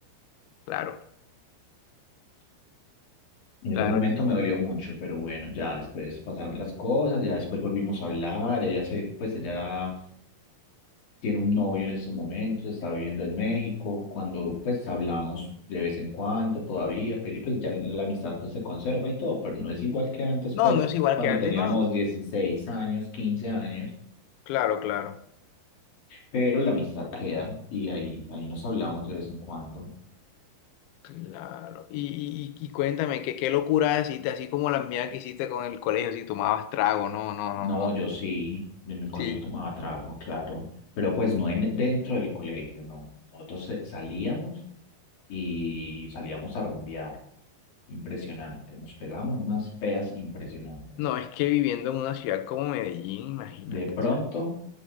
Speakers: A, on the left; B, on the left.
A: Claro.
B: En
A: Claro,
B: ese momento
A: y-
B: me dolió mucho, pero bueno, ya después pasaron las cosas, ya después volvimos a hablar, ella se, pues ella tiene un novio en estos momentos, está viviendo en México, cuando pues hablamos de vez en cuando todavía, pero y, pues ya la amistad pues se conserva y todo, pero no es igual que antes
A: no,
B: pues
A: no es igual
B: cuando
A: que antes,
B: teníamos
A: no.
B: 16 años, 15 años,
A: Claro, claro,
B: pero la amistad queda y ahí, ahí nos hablamos de vez en cuando.
A: claro. Y, y- y- cuéntame, ¿qué, qué locura hiciste, así como la mía que hiciste con el colegio, si tomabas trago, no, no, no,
B: No,
A: no.
B: yo sí, en el colegio
A: Sí.
B: tomaba trago, claro, pero pues no en, dentro del colegio, no. Nosotros eh, salíamos y salíamos a rumbear, impresionante, nos pegamos unas peas impresionantes.
A: No, es que viviendo en una ciudad como Medellín, imagínate,
B: De pronto,
A: ¿sabes?